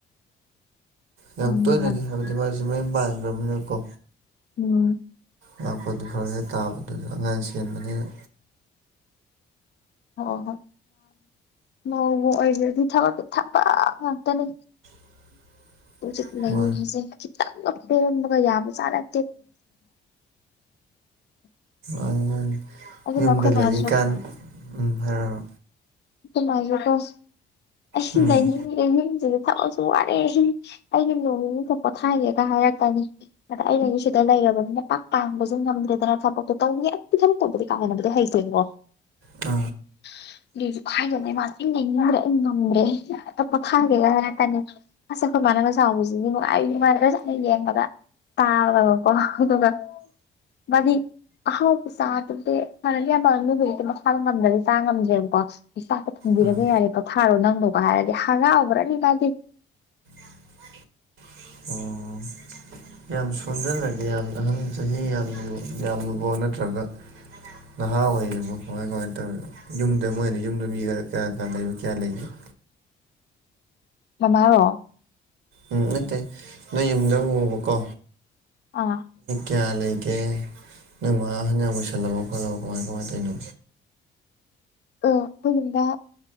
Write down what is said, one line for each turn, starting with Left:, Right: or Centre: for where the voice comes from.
Right: ꯌꯥꯝ
Left: ꯎꯝ
Right: ꯇꯣꯏꯅꯗꯤ ꯍꯥꯏꯕꯗꯤ ꯃꯥꯁꯦ ꯃꯌ ꯄꯥꯟꯈ꯭ꯔꯕꯅꯤꯅꯀꯣ
Left: ꯎꯝ
Right: ꯉꯥꯛꯄꯗꯤ ꯐꯔ ꯈꯔ ꯇꯥꯕ ꯑꯗꯨꯗ ꯑꯉꯥꯡ ꯁꯦꯝꯕꯅꯤꯅ
Left: ꯍ ꯍꯣ ꯉ ꯑꯣꯏꯔꯗꯤ ꯊꯕꯛꯇꯨ ꯊꯕ ꯉꯥꯛꯇꯅꯦ
Right: <inaudible>
Left: ꯀ ꯆꯠ ꯂꯌꯦꯁꯦ
Right: ꯃꯥ
Left: ꯆ ꯃꯒ ꯌꯥꯕꯨ ꯆꯅ
Right: ꯑꯗꯨ
Left: ꯑꯗꯨꯅ
Right: ꯌꯨꯝꯗ
Left: ꯑꯩꯈꯣꯏ ꯃꯥꯁꯨ
Right: ꯂꯩꯔꯤꯀꯥꯟ ꯎꯝ ꯍꯥꯏꯔꯑꯣ
Left: ꯉꯥꯏꯕꯀꯣ ꯑ
Right: ꯎꯝ
Left: ꯂꯩꯅꯤꯡ ꯂꯩꯅꯤꯡꯁꯤ ꯊꯕꯛꯁꯨ ꯋꯥꯔꯦ ꯑꯩꯒꯤ ꯅꯣꯡꯊ ꯄꯣꯊꯥꯏꯔꯦꯒ ꯍꯥꯏꯔꯛꯀꯅꯤ ꯑꯗ ꯑꯩꯅꯁꯨ ꯁꯤꯗ ꯂꯩꯔ ꯕꯅꯤꯅ ꯄꯥꯛ ꯇꯥꯡꯕꯁꯨ ꯉꯝꯗ꯭ꯔꯦꯗꯅ ꯊꯕꯛꯇꯣ ꯇꯧꯅꯤ ꯑꯗꯨ ꯊꯕꯛ ꯇꯧꯕꯗꯤ ꯀꯥꯗꯅꯕꯗꯤ ꯍꯩꯁꯦꯉꯣ
Right: ꯇꯣ
Left: <unintelligible> ꯗꯅꯦ ꯃꯥꯁ ꯂꯩꯅꯤꯡꯗ꯭ꯔꯦ ꯑꯩ ꯉꯝꯒꯦ ꯄꯣꯊꯥꯡꯒꯦꯒ ꯉꯇꯥꯅꯤ ꯑꯁ ꯑꯩꯈꯣꯏ ꯃꯥꯟꯅꯕ ꯇ ꯅꯨꯡꯉꯥꯏꯅꯒ ꯁꯅ ꯌꯦꯡꯕꯗ ꯇꯥꯕꯗꯕꯀꯣ ꯑꯗꯨꯒ ꯃꯗꯤ ꯑꯍꯥꯎ ꯆꯥꯗꯗꯤ ꯍꯥꯟꯅꯗꯤ ꯑꯌꯥꯝꯕꯅꯨ ꯍꯖꯤꯛꯇ ꯃꯈꯥꯕ ꯉꯝꯗ꯭ꯔꯗꯤ ꯆꯥ ꯉꯝꯗ꯭ꯔꯦꯕꯀꯣ ꯆꯥꯛꯇ ꯐꯪꯕꯤꯔꯒ
Right: ꯑꯥ
Left: ꯌꯥꯔꯦ ꯄꯣꯊꯥꯔꯣ ꯅꯪꯗꯣꯒ ꯍꯥꯏꯔꯗꯤ ꯍꯔꯥꯎꯑꯕ꯭ꯔꯥꯅꯤ ꯃꯥꯗꯤ
Right: <unintelligible> ꯑꯣ ꯌꯥꯝ ꯁꯣꯟꯖꯜꯂꯒꯦ ꯌꯥꯝ ꯑꯍꯟ ꯆꯍꯤ ꯌꯥꯝ ꯌꯥꯝꯂꯨꯕꯣ ꯅꯠꯇ꯭ꯔꯒ ꯅꯍꯥ ꯑꯣꯏꯔꯤꯕꯔꯤꯕ ꯀꯃꯥꯏ ꯀꯃꯥꯏꯅ ꯇꯧꯔꯤꯅ ꯌꯨꯝꯗ ꯃꯣꯏꯅ ꯌꯨꯝꯗ ꯃꯤ ꯀꯌꯥ ꯀ ꯂꯩꯕ ꯀꯌꯥ ꯂꯩꯒꯦ <unintelligible>
Left: ꯃꯔꯣ
Right: ꯎꯝ ꯅꯠꯇꯦ ꯅꯣꯏ ꯌꯨꯝꯗ ꯎꯕꯀꯣ
Left: ꯑꯥ
Right: ꯀꯌꯥ ꯂꯩꯒꯦ ꯅꯣꯏ ꯃꯥ ꯍꯟꯖꯥꯡ ꯃꯁꯜꯂꯕ ꯈꯣꯠꯂꯕ ꯀꯃꯥꯏ ꯀꯃꯥꯏꯅ ꯇꯧꯅꯣ
Left: ꯑ ꯐꯗ